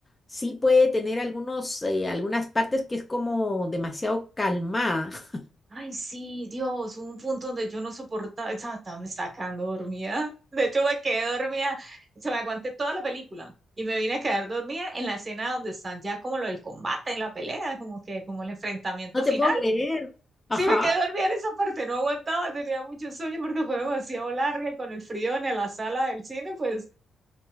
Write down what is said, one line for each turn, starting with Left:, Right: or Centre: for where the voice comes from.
Left: sí puede tener algunos, eh, algunas partes que es como demasiado calmada. <laughs>
Right: Ay, sí, Dios, hubo un punto donde yo no soportaba, estaba, estaba- me estaba quedando dormida. De hecho, me quedé dormida, se me aguanté toda la película y me vine a quedar dormida en la escena donde están ya como lo del combate, en la pelea, como que como el enfrentamiento
Left: No
Right: final.
Left: te puedo creer. Ajá.
Right: Sí, me quedé dormida en esa parte, no aguantaba, tenía mucho sueño porque fue demasiado larga y con el frío en la sala del cine, pues